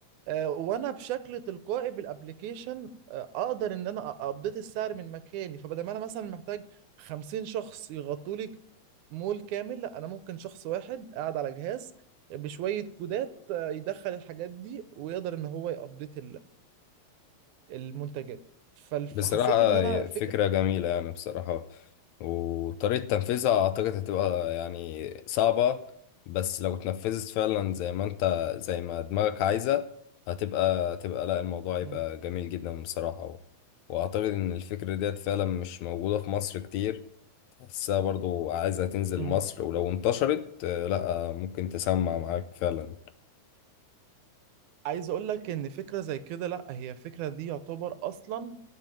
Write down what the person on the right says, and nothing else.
آه، وانا بشكل تلقائي بالابليكيشن آه، اقدر ان انا ابديت السعر من مكاني فبدل ما انا مثلا محتاج 50 شخص يغطوا لي مول كامل لا انا ممكن شخص واحد قاعد على جهاز بشوية كودات آه، يدخل الحاجات دي ويقدر ان هو يابديت المنتجات فحسيت
ان انا فكرة
مم.
مم.
عايز اقول لك ان فكره زي كده لا هي فكره دي يعتبر اصلا